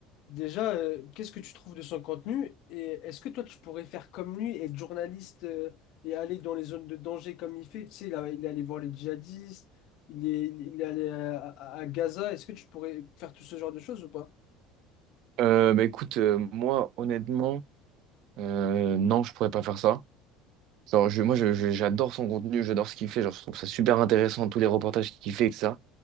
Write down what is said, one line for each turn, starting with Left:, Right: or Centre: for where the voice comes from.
Left: Déjà, euh, qu'est-ce que tu trouves de son contenu et est-ce que toi tu pourrais faire comme lui, être journaliste euh, et aller dans les zones de danger comme il fait? Tu sais, il, a- il est allé voir les djihadistes, il est, il est allé à, à- à Gaza. Est-ce que tu pourrais faire tout ce genre de choses ou pas?
Right: Euh, bah écoute, euh, moi, honnêtement, euh, non, je pourrais pas faire ça. Genre, je, moi, je- je- j'adore son contenu, j'adore ce qu'il fait. Genre, je trouve ça super intéressant, tous les reportages qu'il fait, et ça.